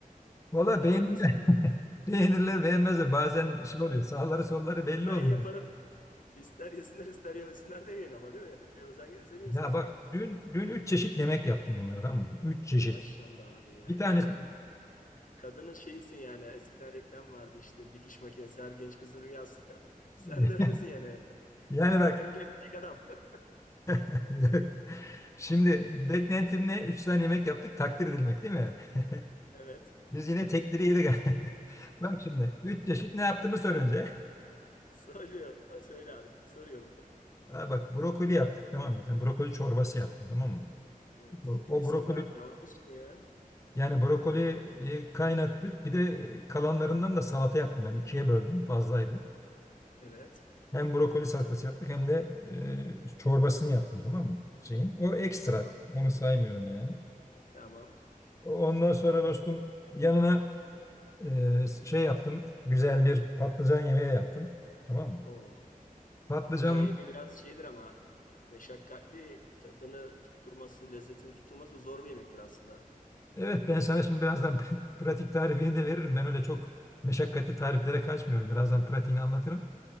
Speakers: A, on the left; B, on the left.
A: valla
B: Ne
A: beğenirler,
B: var mesela? <laughs>
A: <laughs> beğenirler beğenmezler. Bazen şey oluyor sağları solları belli
B: Ben
A: olmuyor.
B: yaparım. İster yesinler ister yemesinler demeyin ama değil mi? <laughs> Bir özen gösteriyorsun
A: Ya
B: yani.
A: bak dün dün üç çeşit yemek yaptım onlara tamam mı? Üç çeşit.
B: Maşallah abi ya.
A: Bir tanesi
B: Her kadının şeyisin yani. Eskiden reklam vardı işte dikiş makinesi her genç kızın rüyası. <laughs> Sen
A: <laughs>
B: de öylesin yani.
A: yani
B: Tam
A: bak
B: evlenecek adam. <laughs>
A: <laughs> şimdi beklentimle üç tane yemek yaptık takdir edilmek değil mi? <laughs>
B: Evet.
A: Biz yine tekleri yedik. <laughs> Bak şimdi 3 çeşit ne yaptığımı sor önce.
B: Söylüyor. Söyle abi. Soruyorum.
A: Ha bak brokoli yaptık tamam mı? Bir tane brokoli çorbası yaptım tamam mı?
B: Evet.
A: O,
B: E,
A: o
B: mis
A: brokoli
B: gibi abi. Daha ne olsun ya.
A: yani brokoli kaynattık. Bir de e, kalanlarından da salata yaptım. Yani ikiye böldüm fazlaydı.
B: Evet.
A: Hem brokoli salatası yaptık hem de e, çorbasını yaptım tamam mı? Şeyin. O ekstra.
B: Tamam.
A: Onu saymıyorum yani.
B: Tamam.
A: Ondan sonra dostum yanına e, şey yaptım. Güzel bir patlıcan yemeği yaptım. Tamam mı?
B: O.
A: Patlıcan
B: Patlıcan yemeği biraz şeydir ama meşakkatli tadını tutturması, lezzetini tutturması da zor bir yemektir aslında.
A: Evet ben sana şimdi birazdan <laughs> pratik tarifini de veririm. Ben öyle çok meşakkatli tariflere kaçmıyorum. Birazdan pratiğini anlatırım.